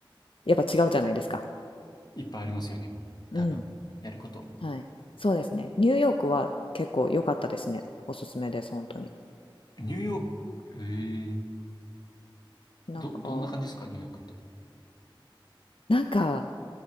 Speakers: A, on the left (about 80°); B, on the left (about 50°).
A: やっぱ違うじゃないですか。
B: いっぱいありますよね。
A: うん。
B: 多分、やること。
A: はい。そうですね。ニューヨークは結構良かったですね。おすすめです、本当に。
B: ニューヨーク、ええ
A: なんか、
B: ど、どんな感じですかニューヨークって。
A: なんか